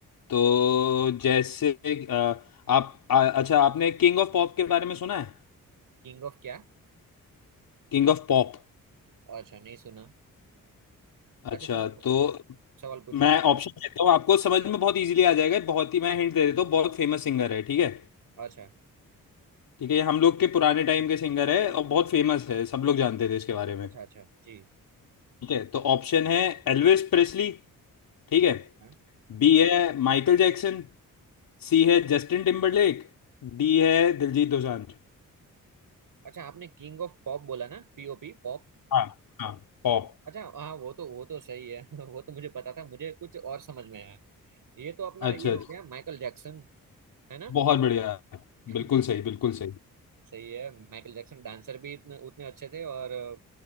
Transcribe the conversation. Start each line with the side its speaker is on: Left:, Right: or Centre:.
Left: तो जैसे आ, आप आ, अच्छा आपने किंग ऑफ पॉप के बारे में सुना है
Right: किंग ऑफ क्या
Left: King of pop
Right: अच्छा नहीं सुना
Left: अच्छा
Right: अच्छा चलो
Left: तो
Right: सवाल पूछ
Left: मैं
Right: ले
Left: ऑप्शन देता हूँ आपको समझ में बहुत इजीली आ जाएगा बहुत ही मैं हिंट दे देता हूँ बहुत फेमस सिंगर है ठीक है
Right: अच्छा
Left: ठीक है ये हम लोग के पुराने टाइम के सिंगर है और बहुत फेमस है सब लोग जानते थे इसके बारे में
Right: अच्छा अच्छा जी
Left: ठीक है तो ऑप्शन है एल्विस प्रेस्ली ठीक है
Right: हाँ
Left: बी है माइकल जैक्सन सी है जस्टिन टिम्बरलेक डी है दिलजीत दोसांझ
Right: अच्छा आपने किंग ऑफ पॉप बोला ना पीओपी पॉप
Left: हाँ हाँ पॉप
Right: अच्छा हाँ वो तो वो तो सही है <laughs> वो तो मुझे पता था मुझे कुछ और समझ में आया ये तो अपना
Left: अच्छा
Right: ये हो
Left: अच्छा
Right: गया माइकल जैक्सन है ना
Left: बहुत बढ़िया
Right: <laughs>
Left: बिल्कुल सही बिल्कुल सही
Right: सही है माइकल जैक्सन डांसर भी इतने उतने अच्छे थे और अ,